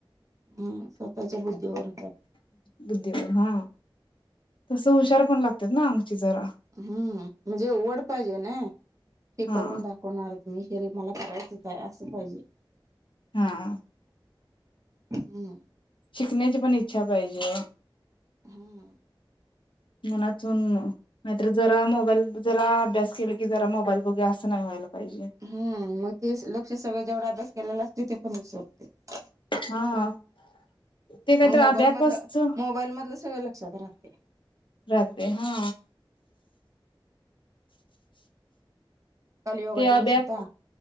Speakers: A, on the right (about 40°); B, on the left (about 70°).
A: हम्म स्वतःच्या बुद्धीवर हुत्यात.
B: बुद्धीवर हा तस हुशार पण लागत्यात ना अंगची जरा.
A: हम्म म्हणजे ओढ पाहिजे नाही हे
B: हा
A: करून दाखवणार. मी हे मला करायचचं आहे असं पाहिजे.
B: हा.
A: हम्म.
B: शिकण्याची पण इच्छा पाहिजे.
A: हम्म
B: मनातून नाहीतर जरा मोबाईल जरा अभ्यास केला की जरा मोबाईल बघूया असं नाही व्हायला पाहिजे
A: हम्म मग ते स लक्ष सगळं जेवढा अभ्यास केलेला अस त्यो पण विसरतोय.
B: हा ते काहीतरी
A: मग
B: अबॅकसच
A: मोबाईल मधलं मोबाईल मधलं सगळ लक्षात राहतयं.
B: राहतयं हा.
A: काल योगा
B: ते
A: दिवस
B: अबॅक
A: हुता.